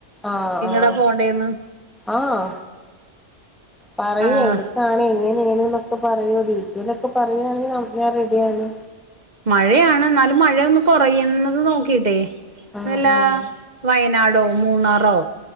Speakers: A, in the centre; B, on the right.
A: ആഹ്
B: എങ്ങടാ
A: ആഹ്
B: പോണ്ടേന്ന്
A: ആഹ് പറയി
B: ആഹ്
A: എവിടെ ക്കാണ് എങ്ങനെയാണ്ന്നൊക്കെ പറയോടീ ഡീറ്റെലൊക്ക പറയാണെങ്കി ഞാൻ റെഡിയാണ്
B: മഴയാണ് എന്നാലും മഴയൊന്ന് കൊറയുന്നത് നോക്കിട്ടേ
A: ആഹ്
B: വല്ലാ
A: ആഹ്
B: വയനാടോ മൂന്നാറോ